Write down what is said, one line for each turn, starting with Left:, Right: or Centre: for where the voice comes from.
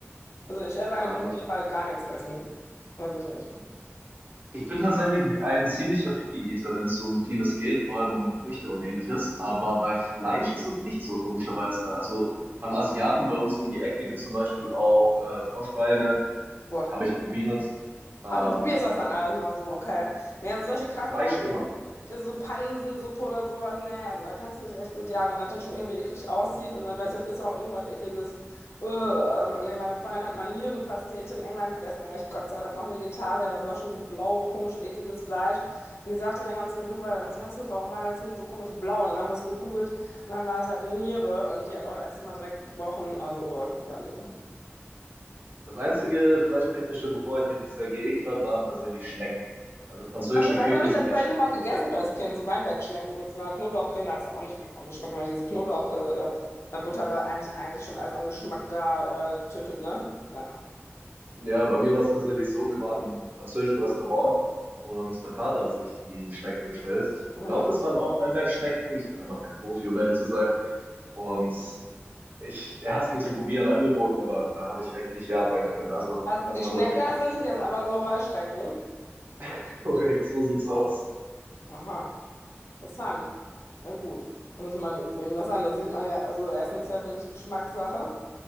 Left: Also ich alleine
Right: ähm,
Left: würde
Right: ich
Left: ja lieber gar nichts essen. Weiß ich nicht.
Right: Ich bin tatsächlich ein ziemlicher Picky-Eater, wenn es um vieles geht, vor allem um Früchte und ähnliches. Aber bei Fleisch ist es nicht so, komischerweise. Also beim Asiaten bei uns um die Ecke gibt es zum Beispiel auch äh, Froschbeine,
Left: Boah.
Right: habe ich probiert. Ähm,
Left: Ach, du probierst das dann alles mal so, okay. Nee, also solche krassen
Right: Fleisch
Left: Sachen,
Right: immer.
Left: ich also so Pansensuppe oder sowas, nee, also da kannst du mich echt mit jagen. Und das dann schon irgendwie eklig aussieht und dann weiß ich, das ist auch irgendwas Ekliges. Ähm, Und nee, meine Freundin hat mal Nierenpastete in England gegessen, da war ich Gott sei Dank noch Vegetarier. Das war schon so blau, komisch, ekliges Fleisch. Und die sagt dann irgendwann zu mir, du, wa- was meinst du, warum war das denn so komisch blau? Und dann haben wir es gegoogelt und dann war es halt Niere und die hat auch erst mal direkt gebrochen. Also, oh, ja, nee.
Right: Das einzige Fleischtechnische, bevor ich mich bisher geekelt habe, waren tatsächlich Schnecken. Also französische
Left: Also das
Right: Küche
Left: habe ich
Right: sind
Left: tatsächlich
Right: ja
Left: mal gegessen für das Kind, so Weinbergschnecken mit so einer Knoblauchcreme. Da hast du auch nicht viel von geschmeckt, weil diese Knoblauch, äh, äh, äh, Butter da eigentlich, eigentlich schon alles an Geschmack da äh, tötet, ne? Ja.
Right: Ja, bei mir war es tatsächlich so, wir waren im französischen Restaurant und mein Vater hat sich die Schnecken bestellt. Ich
Left: Mhm.
Right: glaube, das waren auch Weinbergschnecken. Ich bin aber kein Profi, um ehrlich zu sein. Und ich, er hat es mir zum Probieren angeboten, aber da habe ich echt nicht ja sagen können. Also
Left: Also
Right: das
Left: die
Right: war
Left: Schnecken
Right: wirklich
Left: hast du nicht gegessen, aber so Heuschrecken.
Right: <laughs> korrekt, so sieht's aus.
Left: Aha, interessant. Ja gut. Muss ich mal eben das an. Das sieht man ja, also Essen ist ja wirklich Geschmackssache.